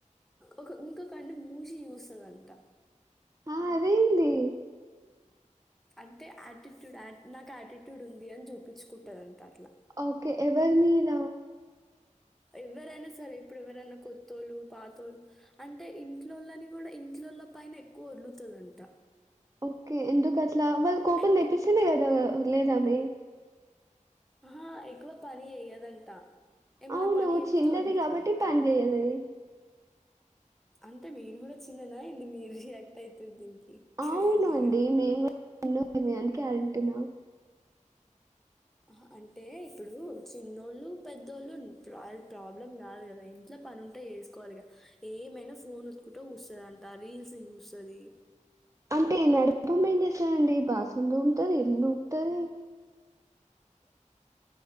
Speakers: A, in the centre; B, on the right.
A: ఒక ఇంకొకన్ను మూషి చూస్తాదంట
B: ఆ అదేంది
A: అంటే యాటిట్యూడ్ నాకు యాటిట్యూడ్ ఉంది అని చూపించుకుంటాదంట అట్లా
B: ఓకే ఎవరి మీద
A: ఎవరైనా సరే ఇప్పుడు ఎవరైనా కొత్తోళ్ళు పాతోళ్ళు అంటే ఇంట్లోల్లని కూడా ఇంట్లో ల్లల పైన ఎక్కువ వోల్లుతదంట
B: ఓకే ఎందుకు అట్లా వాళ్ళు కోపం
A: ఎక్-
B: తెప్పిస్తేనే కదా ఒళ్ళేదామె
A: ఆహ ఎక్కువ పని అయ్యదంట ఏమైనా
B: అవును.
A: పని చెప్తే
B: చిన్నది
A: ఒర్రుతదంట
B: కాబట్టి పని జేయదది.
A: అంటే మీరు కూడా చిన్నదా ఏంది మీరు రియాక్ట్ అయితుార్ దీనికి క్రేజీగా.
B: అవునండి మేము కూడా నమే అందుకే అంటున్నా
A: అహ అంటే ఇప్పుడు చిన్నోళ్ళు పెద్దోళ్ళు ప్రా అది ప్రాబ్లం కాదు కదా ఇంట్ల పని ఉంటే వేసుకోవాలి గా ఏమైనా ఫోన్ ఓత్తుకుంట చుస్తదంట రీల్స్ చుస్తది
B: అంటే నడిపమేం చేస్తాదండి బాసల్ తూముతది ఇల్లుఊడ్తది